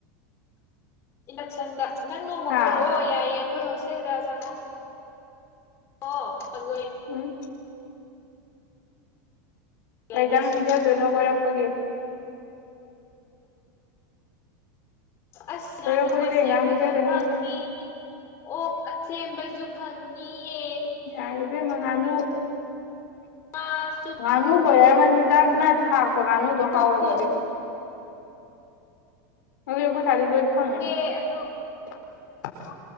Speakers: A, on the left; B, on the left.
A: ꯏꯟꯗꯛꯁꯟꯗ ꯅꯪ ꯅꯣꯡꯃ
B: ꯍꯥ
A: ꯀꯣꯏꯔꯛꯑꯣ ꯌꯥꯏꯌꯦ ꯑꯩꯈꯣꯏ ꯍꯣꯁꯇꯦꯜꯗ ꯆꯪꯉꯛꯑꯣ ꯑꯣ ꯍꯜꯂꯣꯏ
B: ꯎꯝ
A: ꯂꯩꯒꯦꯁꯨ
B: ꯀꯩꯖꯥꯡ ꯄꯤꯖꯗꯣꯏꯅꯣ ꯀꯣꯏꯔꯛꯄꯒꯤ
A: ꯑꯁ
B: ꯀꯣꯏꯔꯛꯄꯒꯤ
A: ꯉꯥꯅꯨ ꯑꯁꯦꯡꯕꯖꯨ
B: ꯀꯩ ꯏꯟꯖꯥꯡ ꯄꯤꯖꯒꯅꯤ
A: ꯐꯪꯉꯤ ꯑꯣꯛ ꯑꯁꯦꯝꯕꯖꯨ ꯐꯪꯉꯤ ꯌꯦꯟ
B: ꯌꯥꯔꯦ ꯏꯕꯦꯝꯃ ꯉꯥꯅꯨ
A: ꯐꯥꯁꯨ
B: ꯉꯥꯅꯨ ꯈꯣꯏꯔꯝꯃꯅꯤꯖꯥꯛ ꯅꯪꯅ ꯊꯥꯛꯄ ꯉꯥꯅꯨꯗꯣ ꯍꯥꯎꯔꯝꯃꯣꯏ
A: ꯄꯣꯛ ꯄꯣꯛ
B: ꯀꯩꯁꯨ ꯑꯗꯨꯗꯤ ꯑꯩꯈꯣꯏ ꯁꯥꯥꯏꯗꯁꯨ ꯂꯣꯏ ꯐꯪꯉꯦ
A: ꯑꯦ ꯑꯗꯨ
B: <inaudible> <unintelligible>